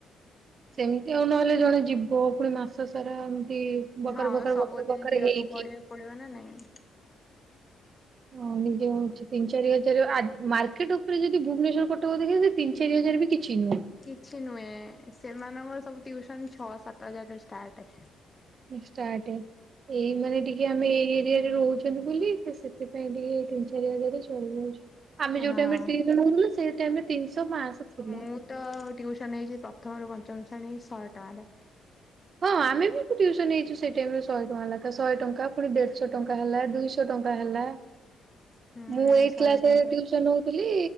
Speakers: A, on the right; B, on the left.
A: ସେମିତି ଆଉ ନହେଲେ ଜଣେ ଯିବ, ପୁଣି ମାସ ସାରା ଏମିତି ବକାର
B: ହଁ,
A: ବକାର
B: ସବୁଦିନ
A: ବକାର ବକାର
B: ଯିବାକୁ
A: ହେଇକି
B: ପଡିବାକୁ ପଡିବ ନା ନାଇଁ।
A: ହଁ, ନିଜେ ହଉଛି ତିନି, ଚାରି ହଜାର। ଆ ମାର୍କେଟ ଉପରେ ଯଦି ଭୁବନେଶ୍ଵର, କଟକ ଯଦି ହେଇ ତିନି, ଚାରି ହଜାର ବି କିଛି ନୁହଁ।
B: କିଛି ନୁହେଁ, ସେମାନଙ୍କର ସବୁ ଟ୍ୟୁସନ୍‌ ଛଅ, ସାତ ହଜାରରୁ ଷ୍ଟାର୍ଟେ।
A: ଷ୍ଟାର୍ଟେ ଏଇ, ମାନେ ଟିକେ ଆମେ ଏଇ ଏରିଆରେ ରହୁଛନ୍ତି ବୋଲି ସେଥିପାଇଁ ଟିକେ ତିନି, ଚାରି ହଜାରରେ ଚଳି ଯାଉଛି। ଆମେ
B: ଆଉ
A: ଯୋଉ ଟାଇମ୍ ରେ ଟ୍ୟୁସନ ହଉଥିଲୁ, ସେଇ ଟାଇମ୍ ରେ ତିନିଶ, ପାଁଶ ଥିଲା।
B: ମୁଁ ତ ଟ୍ୟୁସନ୍‌ ହେଇଛି ପ୍ରଥମରୁ ପଞ୍ଚମ ଶ୍ରେଣୀ, ଶହେ ଟଙ୍କାରେ।
A: ହଁ, ଆମେ ବି ଟ୍ୟୁସନ୍‌ ହେଇଛୁ। ସେଇ ଟାଇମ୍ ଶହ ଟଙ୍କା ଲାଖା, ଶହ ଟଙ୍କା, ପୁଣି ଦେଢଶହ ଟଙ୍କା ହେଲା, ଦୁଇଶହ ଟଙ୍କା ହେଲା।
B: ହୁଁ
A: ମୁଁ ଏଇଟ୍
B: ଶହେ
A: କ୍ଲାସ
B: ଟଙ୍କାରେ
A: ରେ ଟ୍ୟୁସନ ହଉ ଥିଲି